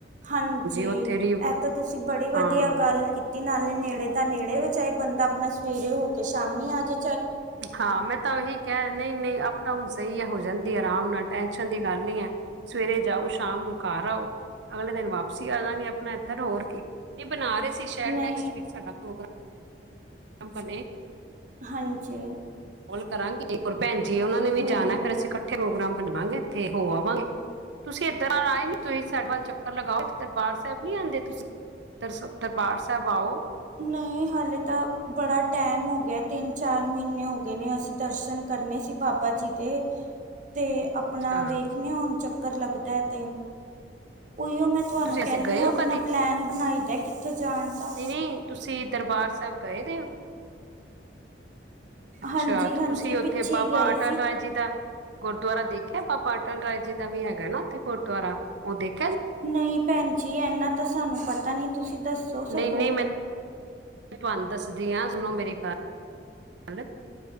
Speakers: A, on the right; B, on the right.
A: ਹਾਂਜੀ
B: ਉੱਥੇ
A: ਇਹ
B: ਰੀਵ
A: ਤਾਂ ਤੁਸੀਂ ਬੜੀ ਵਧੀਆ
B: ਹਾਂ
A: ਗੱਲ ਕੀਤੀ ਨਾਲੇ ਨੇੜੇ ਦਾ ਨੇੜੇ ਵਿੱਚ ਈ ਬੰਦਾ ਆਪਣਾ ਸਵੇਰੇ ਹੋ ਕੇ ਸ਼ਾਮੀ ਆ ਜੇ,
B: ਹਾਂ ਮੈਂ ਤਾਂ ਉਹੀ ਕਿਹਾ ਨਹੀਂ-ਨਹੀਂ ਅਪ ਡਾਊਨ ਸਹੀ ਹੈ ਹੋ ਜਾਣ ਦੀ ਆਰਾਮ ਨਾਲ ਟੈਸ਼ਨ ਦੀ ਗੱਲ ਨੀ ਹੈ ਸਵੇਰੇ ਜਾਓ ਸ਼ਾਮ ਨੂੰ ਘਰ ਆਓ, ਅਗਲੇ ਦਿਨ ਵਾਪਸੀ ਆ ਜਾਂਗੇ ਆਪਣਾ ਇੱਧਰ ਹੋਰ ਕੇ ਨਹੀਂ ਬਣਾ ਰਹੇ। ਅਸੀਂ ਸ਼ਾਇਦ
A: ਨਹੀਂ
B: ਨੈਕਸਟ ਵੀਕ ਸਾਡਾ ਪ੍ਰੋਗਰਾਮ ਕੰਪ ਨੇ
A: ਹਾਂਜੀ,
B: ਕਰਾਂਗੇ, ਹੋਰ ਭੈਣਜੀ ਉਹਨਾ ਨੇ ਵੀ
A: ਹੂੰ
B: ਜਾਣਾ ਫੇਰ ਅਸੀਂ ਇਕੱਠੇ ਪ੍ਰੋਗਰਾਮ ਬਣਵਾਂਗੇ ਉਥੇ ਹੋ ਆਵਾਂਗੇ ਤੁਸੀਂ ਇਧਰ ਆਏ ਨੀ ਤੁਸੀਂ ਸਾਡੇ ਵੱਲ ਚੱਕਰ ਲਗਾਓ ਇਥੇ ਦਰਬਾਰ ਸਾਹਿਬ ਨੀ ਆਦੇ ਤੁਸੀਂ ਦਰ ਦਰਬਾਰ ਸਾਹਿਬ ਆਓ।
A: ਨਹੀਂ ਹਾਲੇ ਤਾਂ ਬੜਾ ਟਾਈਮ ਹੋ ਗਿਆ ਤਿੰਨ ਚਾਰ ਮਹੀਨੇ ਹੋ ਗਏ ਨੇ ਅਸੀਂ ਦਰਸ਼ਨ ਕਰਨੇ ਸੀ ਬਾਬਾ ਜੀ ਦੇ ਤੇ ਆਪਣਾ
B: ਅੱਛਾ
A: ਵੇਖਦੇ ਹੁਣ ਚ ਚੱਕਰ ਲੱਗਦਾ ਹੈ ਤੇ, ਉਹੀਓ ਮੈਂ ਤੁਹਾਨੂੰ
B: ਤੁਸੀਂ
A: ਕਹਿੰਦੀ
B: ਅਸੀਂ ਗਏ
A: ਹਾਂ
B: ਹੋ
A: ਆਪਣਾ
B: ਕਦੀ
A: ਪਲੈਨ ਬਣਾਈ ਦਾ ਕਿੱਥੇ ਜਾਣ ਤਾਂ,
B: ਨਹੀਂ ਨਹੀਂ ਤੁਸੀਂ ਦਰਬਾਰ ਸਾਹਿਬ ਗਏ ਦੇ ਹੋ? ਅੱਛਾ
A: ਹਾਂਜੀ
B: ਤੇ
A: ਹਾਂਜੀ
B: ਤੁਸੀਂ ਉੱਥੇ
A: ਪਿੱਛੇ
B: ਬਾਬਾ
A: ਹੀ ਗਏ
B: ਅਟਲ
A: ਸੀ
B: ਰਾਜ ਜੀ ਦਾ ਗੁਰਦੁਆਰਾ ਦੇਖ। ਦੇਖਿਆ ਬਾਬਾ ਅਟਲ ਰਾਏ ਜੀ ਦਾ ਵੀ ਹੈਗਾ ਨਾ ਉੱਥੇ ਗੁਰਦੁਆਰਾ ਉਹ ਦੇਖ
A: ਨਹੀਂ ਭੈਣ ਜੀ ਇਨਾ ਤਾਂ ਸਾਨੂੰ ਪਤਾ ਨੀ ਤੁਸੀਂ ਦੱਸੋ ਸਗੋਂ।
B: ਨਹੀਂ ਨਹੀਂ ਮੈਂ ਤੁਹਾਨੂੰ ਦੱਸਦੀ ਹਾਂ ਸੁਣੋ ਮੇਰੀ ਗ ਗੱਲ,